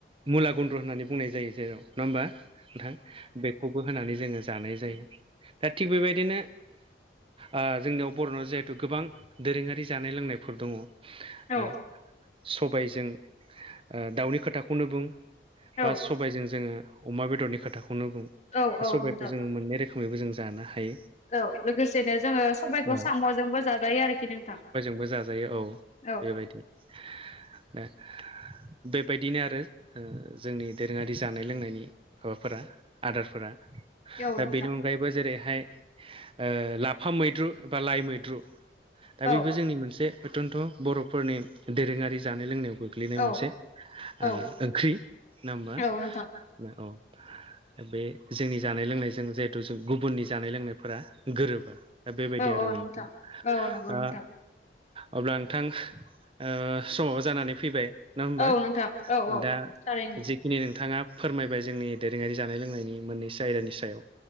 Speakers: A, on the right; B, on the left.
A: मुला गुन्द्रु होननानै बुंनाय जायो जेराव नङा होमबा। नोंथां बेखौबो होनानै जोङो जानाय जायो दा थिग बेबायदिनो ओ जोंनियाव बर'नाव जिहेथु गोबां दोरोङारि जानाय लोंनायफोर दङ। ओ
B: औ
A: सबायजों ओ दाउनि खोथाखौनो बुं बा
B: औ
A: सबायजों जोङो अमा बेदरनि खोथाखौनो बुं
B: औ
A: दा
B: औ
A: सबायखौ
B: नोंथां
A: जोङो मोननै रोखोमैबो जों जानो हायो।
B: औ लोगोसेनो जोङो सबायखौ
A: औ
B: साम'जोंबो जाजायो आरोखि नोंथां।
A: बो जायो औ।
B: औ
A: बेबायदि <inaudible> ओ बेबायदिनो आरो ओ जोंनि दोरोङारि जानाय लोंनायनि माबाफोरा आदारफोरा
B: औ
A: दा बेनि
B: नोंथां
A: अनगायैबो जेरैहाय ओ लाफा मैद्रु बा लाइ मैद्रु दा बेबो
B: औ
A: जोंनि मोनसे अयतन्थ' बर'फोरनि दोरोङारि जानाय लोंनायाव गो ग्लैनाय
B: औ
A: मोनसे ओ
B: औ
A: ओंख्रि ना मा
B: औ नोंथां
A: औ। बे जोंनि जानाय लोंनायजों जिहेथु जों गुबुननि जानाय लोंनायफोरा गोरोबा। दा बेबायदि
B: औ
A: आरो
B: औ
A: नोंथां
B: औ नंगौ
A: ओ
B: नोंथां
A: अब्ला नोंथां ओ समावबो जानानै फैबाय। नङा होमबा
B: औ नोंथां औ औ
A: दा
B: थारैनो
A: जे दिनै नोंथाङा फोरमायबाय जोंनि दोरोङारि जानाय लोंनायनि मोननैसो आयदानि सायाव